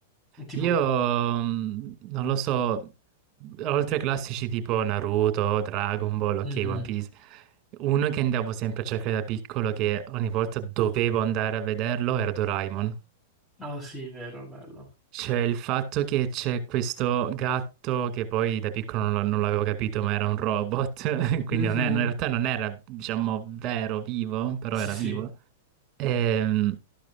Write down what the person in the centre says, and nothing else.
Tipo,
mhm.
Oh sì, vero, bello.
Mhm.
Sì,
sì.